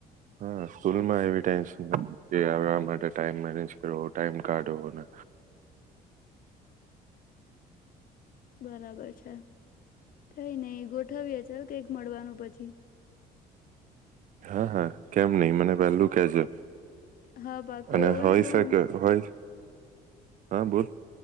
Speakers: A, on the right; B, on the left.
A: હા સ્કૂલમાં એવી ટેન્શન <unintelligible> ટાઈમ મેનેજ કરવો, ટાઈમ કાઢવો ને
B: બરાબર છે. કઈ નઈ ગોઠવીએ ચાલ કઈક મળવાનું પછી.
A: હા, હા કેમ નઈ? મને વહેલું કેજે.
B: હા પાક્કું
A: અને
B: એવું હોય ને તો
A: શકે
B: હું
A: હોય હા બોલ.